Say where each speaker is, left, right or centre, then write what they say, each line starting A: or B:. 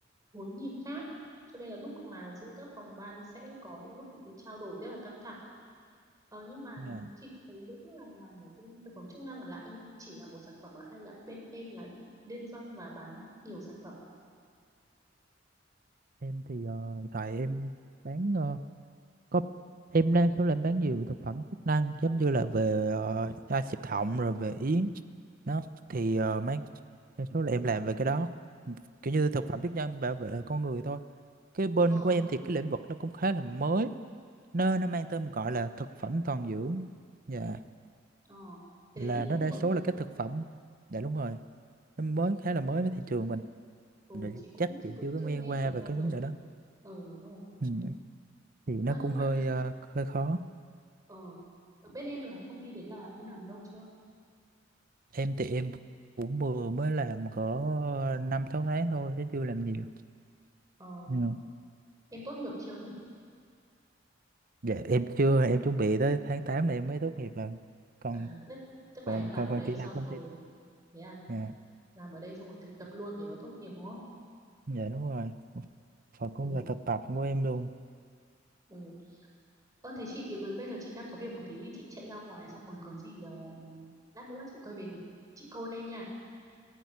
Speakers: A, on the right; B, on the right.
A: hướng nhìn khác cho nên là lúc nào giữa các phòng ban sẽ có những lúc những cái trao đổi rất là căng thẳng Ờ nhưng mà
B: Dạ.
A: chị thấy Dũng là làm ở bên thực phẩm chức năng là em chỉ làm một sản phẩm à? hay là bên em là liên doanh và bán nhiều sản phẩm?
B: Em thì ờ, hiện tại em bán ờ, có em đang số làm bán nhiều thực phẩm chức năng giống như là về ờ, chai xịt họng rồi về yến nó thì ờ, mấy đa số là em làm về cái đó kiểu như thực phẩm chức năng bảo vệ con người thôi cái bên
A: Ờ,
B: của em thì cái lĩnh vực nó cũng khá là mới nó nó mang tên gọi là thực phẩm toàn dưỡng dạ
A: Ờ cái
B: là
A: đấy thì cũng
B: nó đa
A: mới
B: số
A: thật.
B: là các thực phẩm dạ đúng rồi nó mới khá là mới với thị trường mình
A: Ừ
B: Rồi
A: chị cũng
B: chắc
A: chị
B: chị
A: cũng
B: chưa có
A: chưa
B: nghe
A: nghe
B: qua
A: thấy
B: về
A: bao
B: cái
A: giờ.
B: vấn đề đó
A: Ờ đúng rồi.
B: ừ. thì nó
A: Ờ nhưng
B: cũng hơi
A: mà
B: ờ, hơi khó
A: ờ ở bên em là công ty đấy là em làm lâu chưa?
B: em thì em cũng vừa mới làm có năm sáu tháng thôi chứ chưa làm nhiều
A: Ờ
B: ừ.
A: em tốt nghiệp chưa nhỉ?
B: dạ em chưa em chuẩn bị tới tháng 8 này em mới tốt nghiệp lần còn
A: À tức tức
B: còn
A: là em làm
B: còn
A: ở
B: còn
A: đây
B: chị
A: xong
B: làm công
A: rồi
B: ty
A: thế à?
B: dạ
A: Làm ở đây xong rồi thực tập luôn để mà tốt nghiệp đúng không?
B: dạ đúng rồi Phật cũng
A: Ừ
B: là thực tập của em luôn
A: ừ Ơ thế chị bởi- bây giờ chị đang có việc một tí chị chạy ra ngoài xong rồi có gì ờ, lát nữa chị quay về thì chị call em nha.